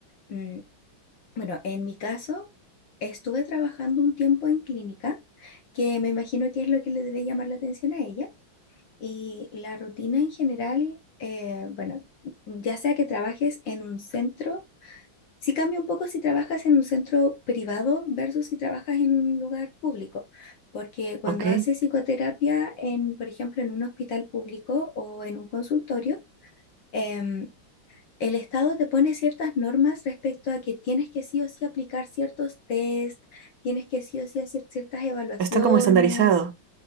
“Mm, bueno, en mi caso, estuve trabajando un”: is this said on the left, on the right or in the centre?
Left